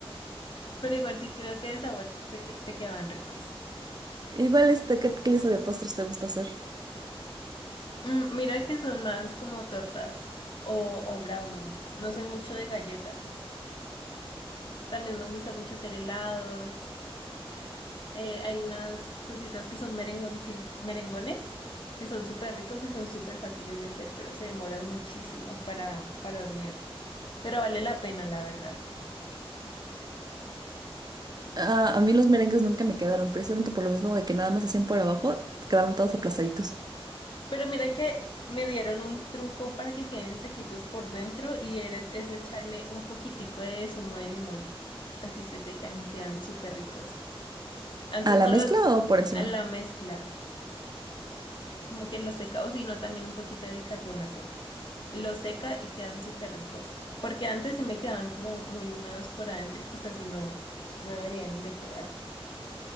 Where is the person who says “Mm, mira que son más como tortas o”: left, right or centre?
Left